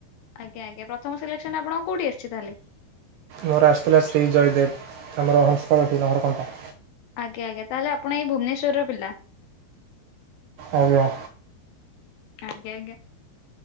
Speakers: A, on the left; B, on the right.
A: ଆଜ୍ଞା ଆଜ୍ଞା ପ୍ରଥମ ସିଲେକ୍ସନ ଆପଣଙ୍କ କୋଉଠି ଆସିଛି ତାହେଲେ।
B: ମୋର ଆସିଥିଲା ଶ୍ରୀ ଜୟଦେବ ଆମର ହଂସକଟି ନହରକଣ୍ଟା।
A: ଆଜ୍ଞା ଆଜ୍ଞା ତାହଲେ ଆପଣ ଏଇ ଭୁବନେଶ୍ୱର ର ପିଲା।
B: ଆଜ୍ଞା
A: ଆଜ୍ଞା ଆଜ୍ଞା